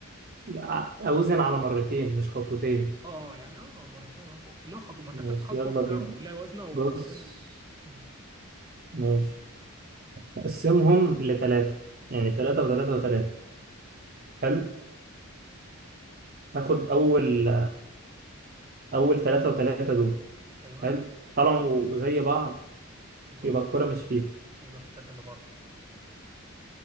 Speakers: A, on the right; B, on the right.
A: لا، أوزن على مرتين مش خطوتين
B: اه آه، يعني اه آه، مرتين اه اللي هو خطوه ما انت
A: ماشي
B: بتاخد خطوه
A: يلا
B: بعد
A: بينا
B: كده لا وزنه وخطوه
A: بص
B: تانيه أمم،
A: ماشي أقسمهم لتلاتة يعني تلاتة وتلاتة وتلاتة
B: تعملها
A: حلو هاخد أول أول تلاتة وتلاتة دول
B: ايوه
A: حلو طالما زي بعض
B: يبقى
A: يبقى
B: هما في
A: الكرة مش فيهم
B: يبقى في التلاته اللي بره